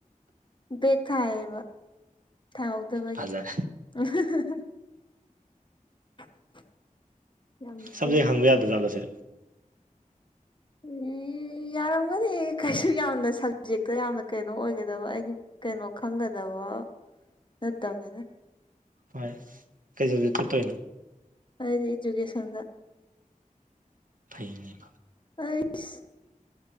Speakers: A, on the left; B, on the right.
A: ꯕꯦꯛ ꯊꯥꯏꯌꯦꯕꯥ ꯊꯥꯍꯧꯗꯕꯒꯤ
B: ꯐꯖꯔꯦ
A: <unintelligible> ꯊꯤꯅ
B: ꯁꯞꯖꯦꯛ ꯍꯪꯕ ꯌꯥꯗ ꯖꯥꯠꯂꯣ ꯁꯤ
A: ꯑꯝ ꯌꯥꯔꯝꯒꯅꯤ ꯀꯩꯁꯨ ꯌꯥꯝꯅ ꯁꯞꯖꯦꯛꯇ ꯌꯥꯝꯅ ꯀꯩꯅꯣ ꯑꯣꯏꯒꯗꯕ ꯑꯩꯒꯤ ꯀꯩꯅꯣ ꯈꯪꯒꯗꯕ ꯅꯠꯇꯝꯅꯤꯅ
B: ꯍꯣꯏ ꯀꯩ ꯁꯞꯖꯦꯛꯇꯥ ꯇꯧꯔꯤꯅꯣ
A: ꯑꯩꯗꯤ ꯏꯖꯨꯀꯦꯁꯟꯗ
B: ꯐꯩꯅꯦ
A: ꯑꯩꯁ